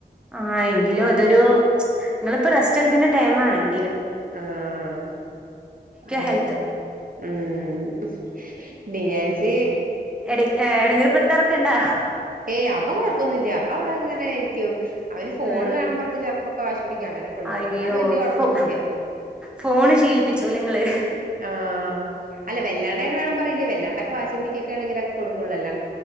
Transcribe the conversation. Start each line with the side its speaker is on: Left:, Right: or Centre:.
Centre: ആ എങ്കിലും അതൊരു മ്ച്ചും നിങ്ങളിപ്പോ റസ്റ്റ് എടുക്കേണ്ട ടൈം ആണ് എങ്കിലും
Right: ആഹ ആ
Centre: ഹെൽത്ത്
Right: ഉം <unintelligible> ഡി എ ൻ സി
Centre: എ <unintelligible> ക്കെണ്ടാ
Right: ഏയ് അവൻ കുഴപ്പൊന്നുല്ല അവന് അവിടെ അങ്ങനെയിരിക്കും അവന് ഫോണ്
Centre: ഉം
Right: വേണം പറഞ്ഞിട്ട് ചെലപ്പോക്കെ വാശി ടിക്ക അങ്ങനൊക്കൊള്ളൂ
Centre: അയ്യോ
Right: അല്ലാണ്ട് വല്യകൊഴപ്പൊന്നുല്ല
Centre: ഫോ ഫോണ് ശീലിപ്പിച്ചു നിങ്ങള്
Right: ആഹ് അല്ല വല്ലാണ്ട അത് വേണം പറയില്ല വെല്ലാണ്ടൊക്കെ വാശി പിടിക്കൊക്കെ ആണെങ്കിലെ കൊടുക്കുള്ളൂ അല്ലാം